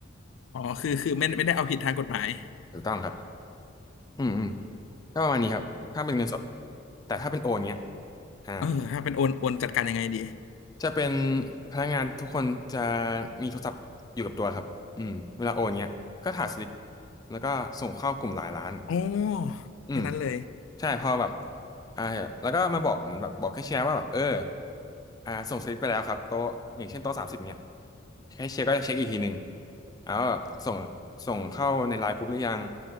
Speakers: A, on the left; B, on the left.
A: อ๋อคือคือไม่ไม่ได้เอาผิดทางกฎหมาย
B: ถูกต้องครับอืมอืมก็ประมาณนี้ครับถ้าเป็นเงินสดแต่ถ้าเป็นโอนเงี้ยอ่า
A: เออถ้าเป็นโอนโอนจัดการยังไงดี
B: จะเป็นพนักงานทุกคนจะมีโทรศัพท์อยู่กับตัวครับอืมเวลาโอนเงี้ยก็ถ่ายสลิปแล้วก็ส่งเข้ากลุ่มหลายล้าน
A: อ๋อ
B: อืม
A: แค่นั้นเลย
B: ใช่พอแบบอ่าแล้วก็มาบอกเหมือนแบบบอกแคชเชียร์ว่าแบบเอออ่าส่งสลิปไปแล้วครับโต๊ะอย่างเช่นโต๊ะสามสิบเนี่ยแคชเชียร์ก็จะเช็คอีกทีหนึ่งแล้วาแบบส่งส่งเข้าในไลน์กรุ๊ปหรือยัง